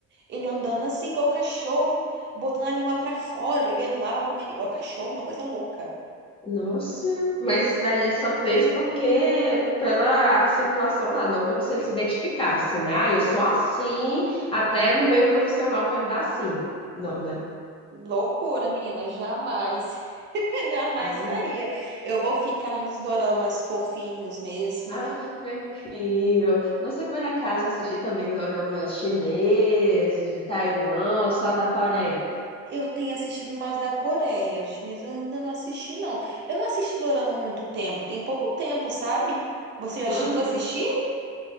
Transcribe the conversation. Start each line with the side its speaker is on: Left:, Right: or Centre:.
Right: Ele andando assim, igual cachorro, botando a língua pra fora, bebendo água, comendo igual cachorro, uma coisa louca.
Left: Nossa, mas isso daí ele só fez porque pela situação lá, não como se ele se identificasse, né? Ah, eu sou assim, até no meio profissional vai andar assim. Não, né?
Right: Loucura, menina, jamais, <laughs> jamais
Left: Ai,
Right: faria. Eu vou ficar nos doramas fofinhos mesmo.
Left: ai, prefiro. Você por acaso assiste também doramas chineses, de Taiwan ou só da Coreia?
Right: Eu tenho assistido mais da Coreia, chinês eu ainda não assisti, não. Eu não assisto dorama há muito tempo, tem pouco tempo, sabe? Você já
Left: Uhum.
Right: chegou a assistir?